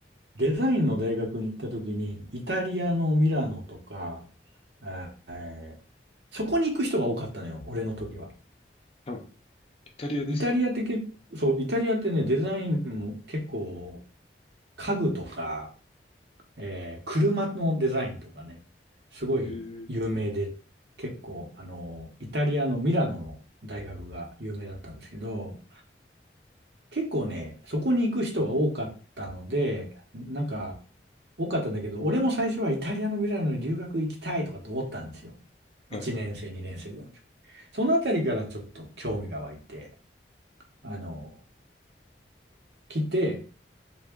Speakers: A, on the right; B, on the left.
A: デザインの大学に行った時に、イタリアのミラノとか、えーえーそこに行く人が多かったのよ、俺の時は。
B: はい。イタリアですか
A: イタリアって結構、そう、イタリアってね、デザインも結構、家具とか、えー車のデザインとかね、すごい有名で、
B: へえ。
A: 結構、あの、イタリアのミラノの大学が有名だったんですけど、結構ね、そこに行く人が多かったので、なんか、多かったんだけど、俺も最初はイタリアのミラノに留学行きたいとかって思ったんですよ。
B: はい。
A: 1年生、2年生ぐらいの時。そのあたりからちょっと興味が湧いて、あの、来て、